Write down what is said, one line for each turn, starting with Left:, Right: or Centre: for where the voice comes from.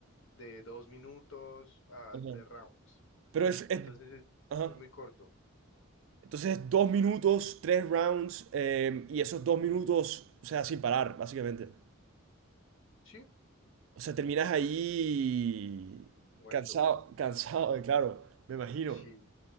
Left: de dos minutos a
Right: Ajá.
Left: tres rounds.
Right: Pero es, es-
Left: Entonces es,
Right: ajá.
Left: es muy corto.
Right: Entonces, dos minutos, tres rounds, eh, y esos dos minutos, o sea, sin parar, básicamente.
Left: Sí,
Right: O sea, terminas ahí
Left: muerto.
Right: cansado, cansado, <laughs> eh, claro, me imagino.
Left: Sí,